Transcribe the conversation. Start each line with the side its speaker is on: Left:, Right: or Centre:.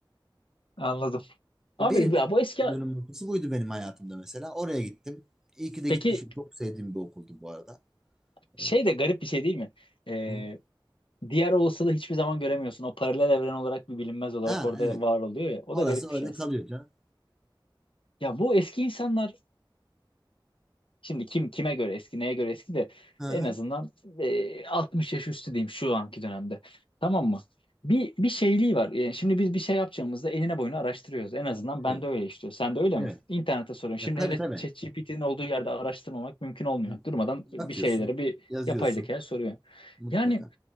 Left: Anladım. Abi
Centre: Birinci
Left: ya bu eski...
Centre: dönüm noktası buydu benim hayatımda mesela. Oraya gittim. İyi ki de
Left: Peki
Centre: gitmişim. Çok sevdiğim bir okuldu bu arada.
Left: şey
Centre: Ee,
Left: de garip bir şey değil mi? Ee,
Centre: hı.
Left: diğer olasılığı hiçbir zaman göremiyorsun. O paralel evren olarak bir bilinmez olarak
Centre: Ha
Left: orada
Centre: evet.
Left: var oluyor ya. O
Centre: Orası
Left: da garip bir
Centre: öyle
Left: şey aslında.
Centre: kalıyor canım.
Left: Ya bu eski insanlar Şimdi kim kime göre eski, neye göre eski de
Centre: Hı
Left: en
Centre: hı.
Left: azından e, 60 yaş üstü diyeyim şu anki dönemde. Tamam mı? Bir bir şeyliği var. Yani şimdi biz bir şey yapacağımızda eline boyunu araştırıyoruz. En azından ben
Centre: Evet.
Left: de öyle işliyor. Sen de öyle
Centre: Evet.
Left: mi? İnternete soruyorum.
Centre: Ya
Left: Şimdi
Centre: tabii
Left: hele
Centre: tabii.
Left: ChatGPT'nin olduğu yerde araştırmamak mümkün olmuyor.
Centre: Hı hı.
Left: Durmadan
Centre: Bakıyorsun.
Left: bir şeylere bir
Centre: Yazıyorsun.
Left: yapay zekaya soruyor.
Centre: Mutlaka.
Left: Yani